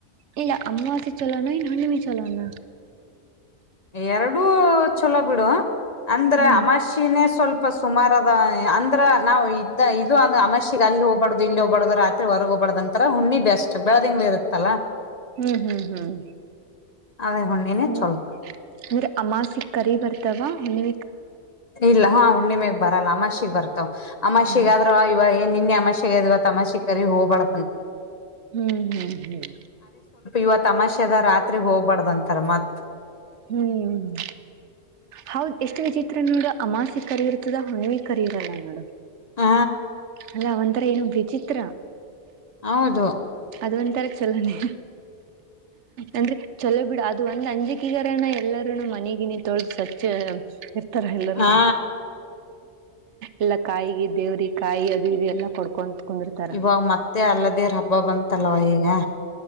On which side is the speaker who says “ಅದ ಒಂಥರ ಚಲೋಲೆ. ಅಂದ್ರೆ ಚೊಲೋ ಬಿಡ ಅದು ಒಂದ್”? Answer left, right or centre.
Right